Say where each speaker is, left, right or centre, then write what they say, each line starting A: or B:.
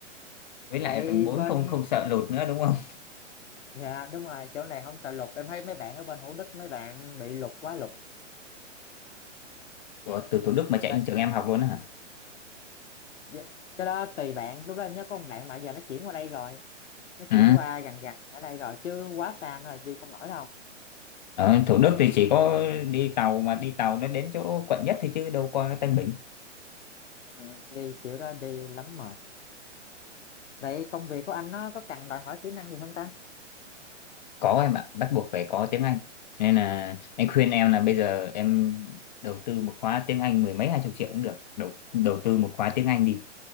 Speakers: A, on the left; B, on the left.
A: Với lại
B: vậy
A: ở tầng bốn
B: bên
A: không không sợ lụt nữa đúng không?
B: dạ đúng rồi chỗ này không sợ lụt em thấy mấy bạn ở bên Hữu Đức mấy bạn bị lụt quá lụt
A: Ủa, từ Thủ Đức mà chạy
B: Vậy
A: lên trường em học luôn á hả?
B: Dạ, Cái đó tùy bạn lúc đó em nhớ có một bạn mà giờ nó chuyển qua đây rồi nó
A: Ừ.
B: chuyển qua gần gần ở đây rồi chứ quá xa rồi đi không nổi đâu
A: Ở Thủ Đức thì chỉ có đi tàu mà đi tàu nó đến chỗ quận nhất thì chứ đâu qua Tân Bình.
B: ừ, đi kiểu đó đi lắm mệt vậy công việc của anh nó có cần đòi hỏi kỹ năng gì không ta
A: có em ạ bắt buộc phải có tiếng Anh nên là anh khuyên em là bây giờ em đầu tư một khóa tiếng Anh mười mấy hai chục triệu cũng được đầu đầu tư một khóa tiếng Anh đi